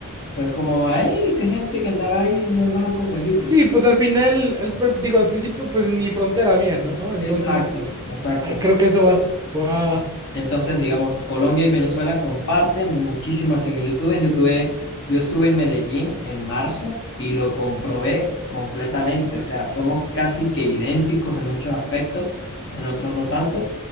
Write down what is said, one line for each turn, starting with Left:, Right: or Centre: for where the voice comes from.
Left: pues como ahí, que gente que andaba ahí normal con guayucos.
Right: sí, pues al final, al pr- digo, al principio pues ni frontera había, ¿no? Entonces,
Left: Exacto, exacto.
Right: ay, creo que eso vas. guau,
Left: Entonces, digamos, Colombia y Venezuela comparten muchísimas similitudes. Yo tuve, yo estuve en Medellín en marzo y lo comprobé completamente. O sea, somos casi que idénticos en muchos aspectos, en otros no tanto,